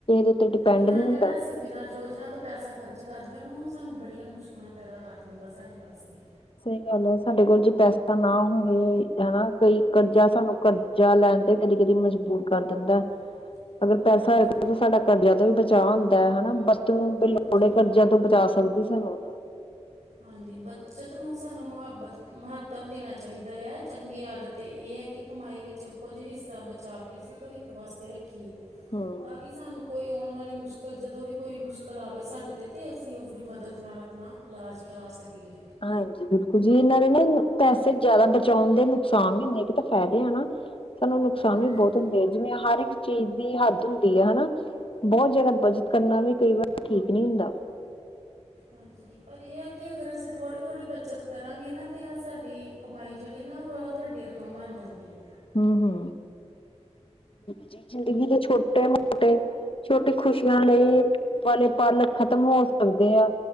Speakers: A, on the left; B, on the right.
A: ਉੱਤੇ ਡਿਪੈਂਡ
B: ਬਿਨਾਂ
A: ਨਹੀਂ
B: ਜਿਹੜਾ
A: ਹੁੰਦਾ।
B: ਅਸੀਂ ਬਿਨਾਂ ਯੋਜਨਾ ਤੋਂ ਪੈਸਾ ਖਰਚ ਕਰਦੇ ਆ, ਉਹ ਸਾਨੂੰ ਬੜੀਆਂ ਮੁਸ਼ਕਿਲਾਂ ਪੈਦਾ ਕਰ ਦਿੰਦਾ ਸਾਡੇ ਵਾਸਤੇ।
A: ਸਹੀ ਗੱਲ ਐ, ਸਾਡੇ ਕੋਲ ਜੇ ਪੈਸਾ ਨਾ ਹੋਵੇ ਹਨਾ ਕਈ ਕਰਜ਼ਾ ਸਾਨੂੰ ਕਰ ਜਾ ਲੈਣ ਤੇ ਕਦੀ-ਕਦੀ ਮਜਬੂਰ ਕਰ ਦਿੰਦਾ।
B: <inaudible>
A: ਅਗਰ ਪੈਸਾ
B: ਹਾਂਜੀ
A: ਹੋਏਗਾ ਤਾਂ ਸਾਡਾ ਕਰਜ਼ਾ ਤਾਂ ਵੀ ਬਚਾਅ ਹੁੰਦਾ ਹੈ ਹਨਾ ਬੱਤੋਂ
B: ਹਾਂਜੀ
A: ਲੋੜੇ ਕਰ ਚੀਜ਼ਾਂ ਤੋਂ ਬਚਾ ਸਕਦੀ ਸਾਨੂੰ।
B: ਹਾਂਜੀ, ਬੱਚਤ ਨੂੰ ਸਾਨੂੰ ਮੁਹੱਬਤ ਮਹੱਤਵ ਦੇਣਾ ਚਾਹੀਦਾ ਆ ਚੰਗੀ ਆਦਤ ਇਹ ਐ ਕਿ ਕਮਾਈ ਵਿੱਚੋਂ ਕੁਝ ਹਿੱਸਾ ਬਚਾ ਕੇ ਅਸੀਂ ਭਵਿੱਖ ਵਾਸਤੇ ਰੱਖੀਏ।
A: ਹੂੰ।
B: ਤਾਂ ਕਿ ਸਾਨੂੰ ਕੋਈ ਆਉਣ ਵਾਲੀ ਮੁਸ਼ਕਿਲ ਜਦੋਂ ਵੀ ਕੋਈ ਮੁਸ਼ਕਿਲ ਆਵੇ ਸਾਡੇ 'ਤੇ ਤਾਂ ਅਸੀਂ ਉਸਦੀ ਮਦਦ ਨਾਲ ਆਪਣਾ ਇਲਾਜ ਕਰਾ ਸਕੀਏ।
A: ਹਾਂਜੀ, ਬਿਲਕੁਲ ਜੀ ਇਹਨਾਂ ਨੇ ਨਾ ਪੈਸੇ ਜ਼ਿਆਦਾ ਬਚਾਉਣ ਦੇ ਨੁਕਸਾਨ ਹੁੰਦੇ ਕਿ ਤਾਂ ਫਾਇਦੇ ਆ ਨਾ ਸਾਨੂੰ ਨੁਕਸਾਨ
B: ਹਾਂਜੀ
A: ਵੀ ਬਹੁਤ ਹੁੰਦੇ ਆ, ਜਿਵੇਂ ਹਰ ਇੱਕ ਚੀਜ਼ ਦੀ ਹੱਦ ਹੁੰਦੀ ਹੈ ਹਨਾ ਬਹੁਤ ਜਾਦਾ ਬੱਚਤ ਕਰਨਾ ਵੀ ਕਈ ਵਾਰ ਠੀਕ ਨੀ ਹੁੰਦਾ।
B: ਹਾਂਜੀ, ਪਰ ਏ ਆ ਕਿ ਅਗਰ ਅਸੀਂ ਥੋੜ੍ਹੀ-ਥੋੜ੍ਹੀ ਬੱਚਤ ਕਰਾਂਗੇ ਨਾ ਤਾਂ ਹਾਂ ਸਾਡੀ ਕਮਾਈ ਜੇੜੀ ਐ ਨਾ ਓ ਬੋਤ ਵੱਡੀ ਰਕਮ ਬਣ ਜਾਂਦੀ ਐ।
A: ਹੂੰ-ਹੂੰ‌। ਜ਼ਿੰਦਗੀ ਦੇ ਛੋਟੇ- ਮੋਟੇ ਛੋਟੀ ਖੁਸ਼ੀਆਂ ਲਈ ਵਾਲੇ ਪਲ ਖਤਮ ਹੋ ਸਕਦੇ ਆ।